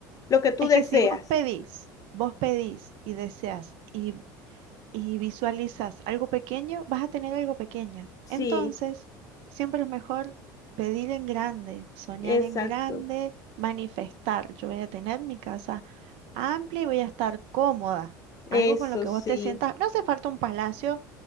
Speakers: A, on the left; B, on the right.
A: lo que tú
B: es
A: deseas.
B: que si vos pedís, vos pedís y deseas y, y visualizas algo pequeño, vas a tener algo pequeño.
A: Sí,
B: Entonces, siempre es mejor pedir en grande, soñar
A: exacto.
B: en grande, manifestar. Yo voy a tener mi casa amplia y voy a estar cómoda.
A: Eso
B: Algo con lo que
A: sí,
B: vos te sientas. No hace falta un palacio